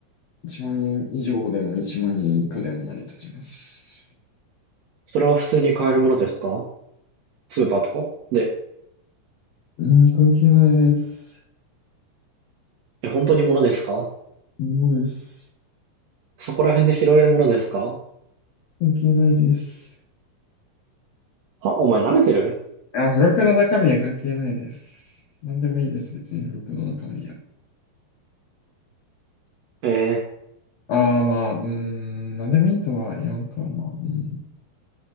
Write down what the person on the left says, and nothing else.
1万円以上でも1万円以下でも成り立ちます。
うん、関係ないです。
すごいです。
関係ないです。
あ、付録の中身は関係ないです。なんでもいいです、別に付録の中身は。
ああ、まあ、うーん、なんでもいいとは言わんか、まあ、うん、